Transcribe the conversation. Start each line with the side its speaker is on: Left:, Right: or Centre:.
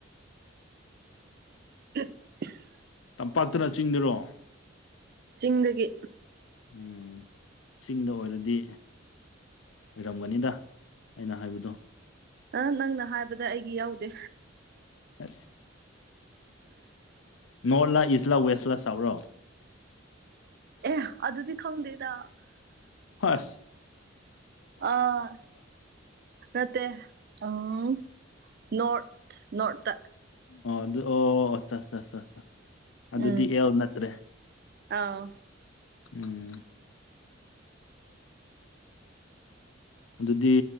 Right: <inaudible>
Left: ꯇꯝꯄꯥꯛꯇꯅ ꯆꯤꯡꯗꯨꯔꯣ
Right: ꯆꯤꯡꯗꯒꯤ
Left: ꯎ ꯆꯤꯡꯗ ꯑꯣꯏꯔꯗꯤ ꯑꯣꯏꯔꯝꯒꯅꯤꯗ ꯑꯩꯅ ꯍꯥꯏꯕꯗꯣ
Right: ꯑ ꯅꯪꯅ ꯍꯥꯏꯕꯗ ꯑꯩꯒꯤ ꯌꯥꯎꯗꯦ
Left: ꯑ ꯅꯣꯔꯠꯂꯥ ꯏꯁꯂꯥ ꯋꯦꯁꯂꯥ ꯁꯥꯎꯔꯣ
Right: ꯑꯦ ꯑꯗꯨꯗꯤ ꯈꯪꯗꯦꯗ
Left: ꯍꯣꯏꯁ
Right: ꯑꯥ ꯃꯠꯇꯦ ꯎꯝ ꯅꯣꯔꯠ ꯅꯣꯔꯠ
Left: ꯑꯣ ꯑꯣ ꯑꯆꯥ ꯑꯆꯥ ꯑꯗꯨꯗꯤ
Right: ꯎꯝ
Left: ꯑꯦꯜ ꯅꯠꯇ꯭ꯔꯦ
Right: ꯑꯥꯎ
Left: ꯎꯝ ꯑꯗꯨꯗꯤ